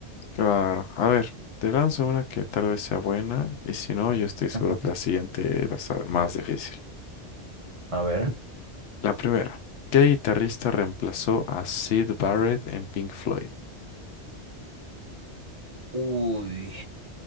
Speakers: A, on the left (about 80°); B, on the right (about 30°).
A: Claro, a ver, te lanzo una que tal vez sea buena y si no, yo estoy seguro
B: Ujú.
A: que la siguiente va a ser más difícil.
B: A ver.
A: La primera, ¿qué guitarrista reemplazó a Sid Barrett en Pink Floyd?
B: Uy,